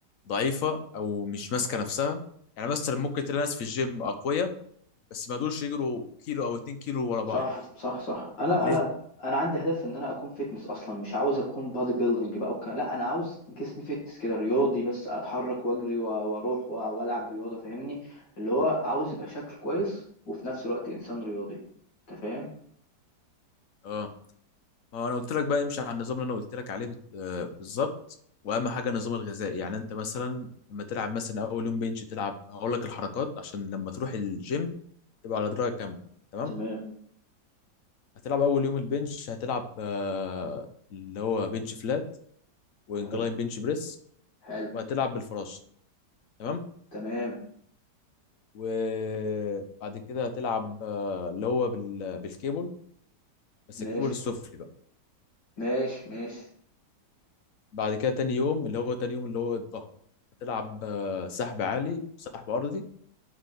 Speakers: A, on the left (about 55°); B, on the left (about 75°).
A: ضعيفه او مش ماسكه نفسها يعني مثلا ممكن تلاقي ناس في الجيم اقوياء بس ما يقدروش يجروا كيلو او اتنين كيلو ورا بعض
B: صح صح صح انا
A: ليه
B: انا انا عندي هدف ان انا اكون فيتنس اصلا مش عاوز اكون بادي بيلدينج بقى وكان لا انا عاوز جسمي فيتنس كده رياضي بس اتحرك واجري و- واروح و- والعب رياضه فاهمني اللي هو عاوز يبقى شكل كويس وفي نفس الوقت انسان رياضي انت فاهم
A: اه ما هو انا قلت لك بقى امشي على النظام اللي انا قلت لك عليه بت- آه، بالظبط واهم حاجه النظام الغذائي يعني انت مثلا لما تلعب مثلا اول يوم بنش تلعب هقول لك الحركات عشان لما تروح الجيم تبقى على درايه كامله تمام
B: تمام
A: هتلعب اول يوم البنش هتلعب آه، اللي هو بنش فلات وانكلاين
B: حلو
A: بنش بريس
B: حلو
A: وهتلعب بالفراشه تمام
B: تمام
A: وبعد كده هتلعب آه، اللي هو بال... بالكيبل بس
B: ماشي
A: الكيبل السفلي بقى
B: ماشي ماشي
A: بعد كده تاني يوم اللي هو تاني يوم اللي هو الظهر هتلعب آه، سحب عالي وسحب ارضي